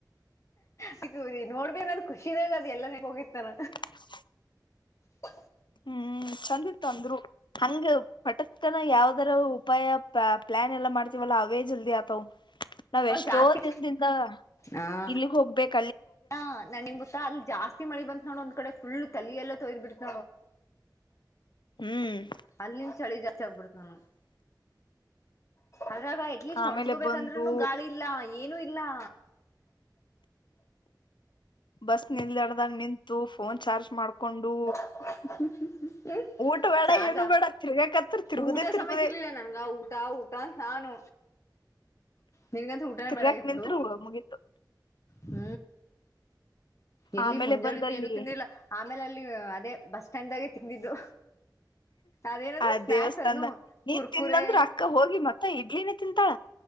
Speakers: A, on the left; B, on the left.
A: ಸಿಗುದಿ ನೋಡ್ಬಿ ಅನ್ನೋದು್ ಖುಷಿದಾಗ ಅ್ ಎಲ್ಲಾನೇ ಹೋಗಿತ್ತಾನ
B: <inaudible>
A: ಹ
B: ಹ್ಮ್ ಚಂದ ಇತ್ತು ಅಂದ್ರು ಹ ಪಟದಕನ ಯಾವದರ ಉಪಾಯ ಪ್ಲಾನ್ ಎಲ್ಲ ಮಾಡ್ತವ ೇ ಜಲ್ದಿ ಆತವ ನಾವ್
A: ಅವಾಗ
B: ಎಷ್ಟೋ
A: ಜಾಸ್ತಿ
B: ದಿನದಿಂದ
A: ಹಾ
B: ಇಲ್ಲಿಗ್ ಹೋಗ್ಬೇಕ
A: ಹಾ ನನ್ನ್ ಗೊತ್ತಾ ಅಲ್ಲಿ ಜಾಸ್ತಿ ಮಳಿ ಬಂತ ನೋಡ್ ಒಂದ್ ಕಡೆ ಫುಲ್ ತಲ ಎಲ್ಲ ತೊಯ್ದ್ ಬಿಿಡ್ತ
B: ಹ್ಮ್
A: ಅಲ್ಲಿಂದ ಚಳಿ ಜಾಸ್ತಿ ಆಗ್ಬಿಡ್ತ ನ ಅದ್ರಾಗ ಅಟ್ ಲೀಸ್ಟ್
B: ಆಮೇಲೆ
A: ಹೊಣ್ಸ್ಕೋಬೇಕಂದ್ರೂನು
B: ಬಂದು
A: ಗಾಳಿ ಇಾ ಏನು ಇಲಾ
B: ಬಸ್ ನಿಲ್ದಾಡ್ದಾಗ ನಿಂತು ಫೋನ್ ಚಾರ್ಜ್ ಮಾಡ್ಕೊಂಡು
A: ಹ ಹ ಹ್ಮ
B: ಊಟ ಬೇಡ
A: ಚಜಾ
B: ಏನು ಬೇಡ ತಿರ್ಗಾಕತ್ರ ತಿರುಗುದೇ
A: ಊಟ
B: ತಿರುಗುದೇ
A: ಸಮಯಕ್ಕೆ ಇರ್ಲಿಲ್ಲ ನನ್ಗ ಊಟ ಊಟ ಅಂತ ನಾನು ನಿನ್ಗಂತ ಊಟನೇ
B: ತಿರ್ಗಾಕ್
A: ಬೆ್ಯಾಡಗಿದ
B: ನಿಂತ್ರು
A: ಬಿಿಡು
B: ಮುಗೀತು
A: ಹ್ಮ್ ಎಲ್ಲಿ
B: ಆಮೇಲೆ
A: ಮುಂಜೋಳಿಂದ
B: ಬಂದಲ್ಲಿ
A: ಏನು ತಿಂದಿಲ್ಲ ಆಮೇಲೆ ಅಲ್ಲಿ ಅದೇ ಬಸ್ ಸ್ಟ್ಯಾಂಡ್್ದಾಗೆ ತಿಂದಿದ್ದು ಅದೇನದು
B: ಆ
A: ಸ್ನಾಕ್ಸ್
B: ದೇವಸ್ಥಾಾನ
A: ಅದ್ನು
B: ನೀನ್
A: ಕುರ್ಕುರೆ
B: ತಿನ್ನಂದ್ರರು ಅಕ್ಕ ಹೋಗಿ ಮಕ್ಕ ಮ ಇಡ್ಲಿನೇ ತಿಂತಾಳ